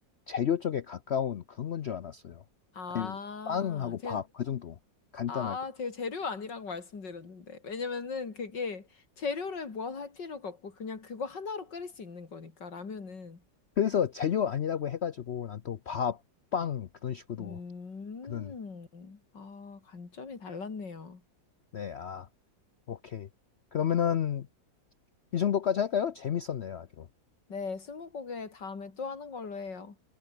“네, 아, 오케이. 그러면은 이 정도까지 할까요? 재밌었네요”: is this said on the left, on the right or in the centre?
Left